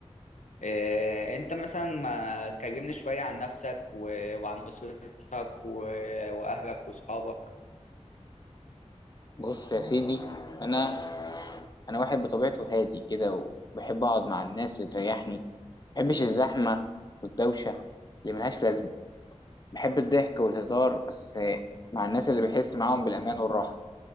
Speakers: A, on the left; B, on the left.
A: إيه... أنت مثلا ما كلمني شوية عن نفسك و... وعن أسرتك و... وأهلك وأصحابك
B: بص يا سيدي انا انا واحد بطبيعته هادي كده وبحب اقعد مع الناس اللي تريحني ما بحبش الزحمه والدوشه اللي ملهاش لازمه بحب الضحك والهزار بس مع الناس اللي بحس معاهم بالامان والراحه